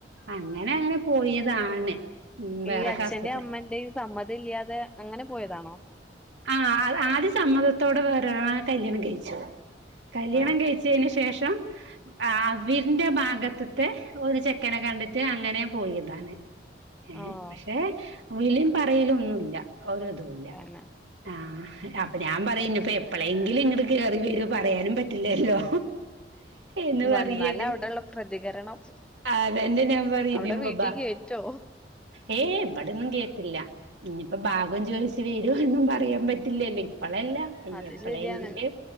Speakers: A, on the right (about 80°); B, in the centre.
A: അങ്ങനെ അങ്ങനെ പോയതാണ് ഉം വേറെ
B: ഈ അച്ഛന്റെയും
A: കാസ്റ്റത്തെ
B: അമ്മന്റെയും സമ്മതം ഇല്ല്യാതെ അങ്ങനെ പോയതാണോ
A: ആ ആള് ആദ്യം സമ്മതത്തോടെ വേറൊരാളെ കല്യാണം കഴിച്ചു കല്യാണം
B: ആഹ്
A: കഴിച്ച് ച്ചേന് ശേഷം ആ വീടിന്റെ ഭാഗത്തത്തെ ഒരു ചെക്കനെ കണ്ടിട്ട് അങ്ങനേ പോയതാണ് ഏ
B: ഓഹ്
A: പക്ഷെ വിളിയും പറയലും ഒന്നു ഇല്ല ഒരിതു ഇല്ല
B: അങ്ങനെ
A: ആ അപ്പൊ ഞാൻ പറയും ഇനി ഇപ്പൊ എപ്പളെങ്കിലും ഇങ്ങട്ട് കേറി വരുവോ പറയാനും പറ്റില്ലല്ലോ എന്ന്
B: വന്നാല്
A: വറിയത്
B: അവിടെള്ള പ്രതികരണം
A: ആ തന്റെ ഞാൻ പറയും
B: അവിടെ
A: ഇനിബ
B: വീട്ടി
A: ബാ
B: കേറ്റോ
A: യെ ഇവിടെന്നും കേറ്റില്ലാ ഇനി ഇപ്പോ ഭാഗം ചോച്ച് വെരുമോ എന്നും പറയാൻ പറ്റ് റ്റില്ലല്ലോ ഇപ്പള് അല്ല ഇനി
B: അത്
A: എപ്പഴേങ്കില്
B: ശരിയാണ്